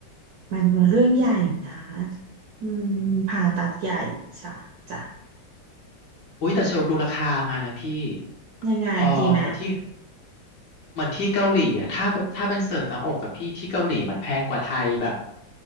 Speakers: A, on the right; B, on the left.
A: มันเรื่องใหญ่นะอืมผ่าตัดใหญ่จ้ะจ้ะ
B: อืม อุ้ยแต่เชลดูราคามานะพี่
A: ยังไงดีไหม
B: เออเหมือนที่เหมือนที่เกาหลีอะถ้าถ้าเป็นเสิร์ฟหน้าอกอะพี่ที่เกาหลีมันแพงกว่าไทยแบบ